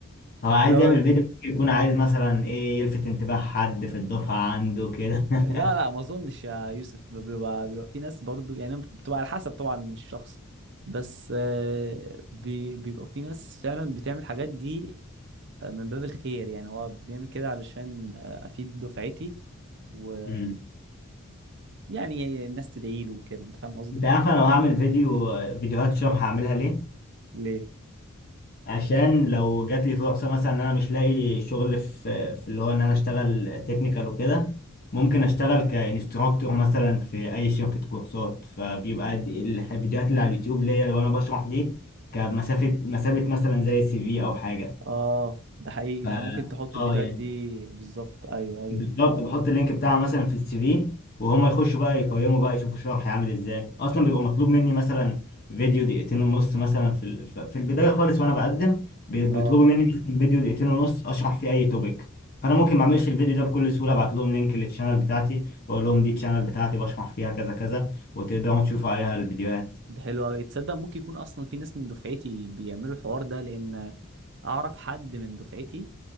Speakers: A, on the left; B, on the right.
A: هو عايز
B: لا
A: يعمل فيديو ممكن يكون عايز مثلا إيه يلفت انتباه حد في الدفعة عنده كده <laughs>
B: لا لا ما اظنش يا يوسف بيبقى بيبقى في ناس برضو يعني بتبقى على حسب طبعا الشخص بس آه، بي- بيبقى في ناس فعلا بتعمل الحاجات دي من باب الخير يعني هو بيعمل كده علشان آه، افيد دفعتي و
A: مم.
B: يعني الناس تدعي له وكده انت فاهم قصدي
A: أنت عارف أنا لو هعمل فيديو فيديوهات شرح هعملها ليه؟
B: ليه
A: عشان لو جات لي فرصة مثلا ان انا مش لاقي شغل في في اللي هو ان انا اشتغل تكنيكال وكده ممكن اشتغل كانستراكتور مثلا في اي شركة كورسات فبيبقى د- الح- الفيديوهات اللي على اليوتيوب ليا لو انا بشرح دي كمسافة مسافة مثلا زي سي في او حاجة
B: اه ده حقيقي
A: ف
B: انت ممكن تحط
A: اه
B: الفيديوهات
A: يعني
B: دي بالظبط ايوه ايوه
A: بالظبط بحط اللينك بتاعها مثلا في السي في وهم يخشوا بقى يقيموا بقى يشوفوا شرح هيعمل ازاي اصلا بيبقى مطلوب مني مثلا فيديو دقيقتين ونص مثلا في ال- ف- في البدايه خالص وانا بقدم بي- بيطلبوا
B: اه
A: مني مثلا فيديو دقيقتين ونص اشرح فيه اي توبيك فانا ممكن ما اعملش الفيديو ده بكل سهوله ابعت لهم لينك للشانل بتاعتي واقول لهم دي الشانل بتاعتي بشرح فيها كذا كذا وتقدروا تشوفوا عليها الفيديوهات
B: ده حلو قوي تصدق ممكن يكون اصلا في ناس من دفعتي بيعملوا الحوار ده لان اعرف حد من دفعتي